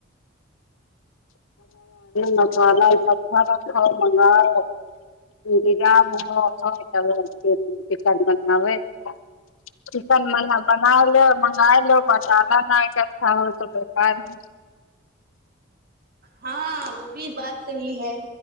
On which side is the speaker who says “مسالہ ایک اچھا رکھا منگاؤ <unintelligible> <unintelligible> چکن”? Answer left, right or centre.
Left